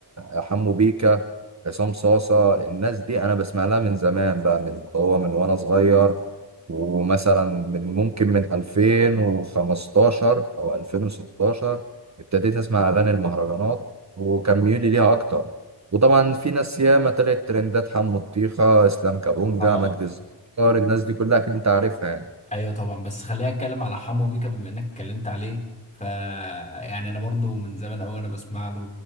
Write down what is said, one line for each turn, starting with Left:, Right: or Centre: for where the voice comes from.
Right: آه، حمو بيكا عصام صاصة الناس دي أنا بسمع لها من زمان بقى من هو من وأنا صغير ومثلا من ممكن من 2015 أو 2016 ابتديت أسمع أغاني المهرجانات وكان ميولي ليها أكتر وطبعا في ناس ياما طلعت ترندات حمو الطيخة إسلام كابونجا
Left: اه
Right: مجدي الزكار الناس دي كلها أكيد أنت عارفها يعني
Left: ايوه طبعا بس خليني اتكلم على حمو بيكا بما انك اتكلمت عليه ف يعني انا برضو من زمان قوي انا بسمع له